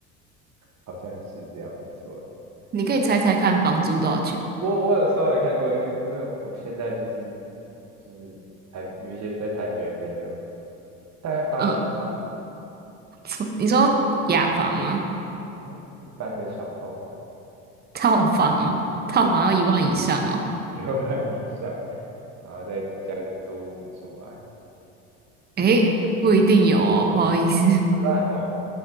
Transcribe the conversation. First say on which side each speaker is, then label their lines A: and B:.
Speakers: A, on the right; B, on the right.
A: 好像是这样没错。
B: 你可以猜猜看房租多少钱？
A: 我我我有稍微看过，因为因为我现在就是就是台有一些在台北的朋友，大概八千吗？
B: 嗯，错你说雅房吗？
A: 然后一般的小套房，
B: 套房哦，套房要一万以上哦。
A: 还是一万以上，然后再加个租屋补助啊，
B: 诶，
A: 就是
B: 不一定有哦，不好意思。
A: 不烂哦，